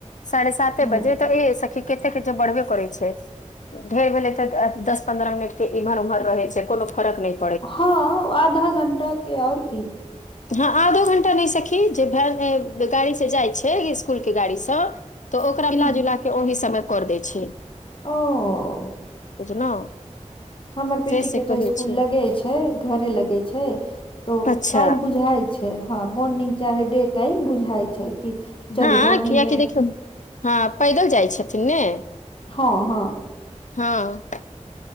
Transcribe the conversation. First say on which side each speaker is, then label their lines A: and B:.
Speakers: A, on the left; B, on the left.
A: साढ़े साते
B: हँ
A: बजे तऽ ए सखी कतेक के जे बढ़बे करै छै ढेर भेलै तऽ दस पंन्द्रह मिनट के इम्हर उम्हर रहै छै कोनो फरक नय
B: हँ आधा घंटा के आओर की
A: हँ आधो घंटा नय सखी जे भ गाड़ी से जाइ छै इसकुल के गाड़ी सऽ तऽ ओकरा
B: हूँ
A: मिलाजुला के ओहि समय कर दै छै
B: ओ
A: बुझलहुँ
B: हमर बेटी
A: से से
B: के तो
A: कहै
B: स्कूल
A: छै
B: लगे छै छै घरे लगै छै तो
A: अच्छा
B: टाइम बुझाय छै ह मोर्निंग चाहे डे टाइम बुझाइ छै कि चलू
A: हँ
B: मोर्निंग
A: कियकि
B: मे
A: देखियौ हँ पैदल जाइ छथिन ने
B: हऽ हऽ
A: हऽ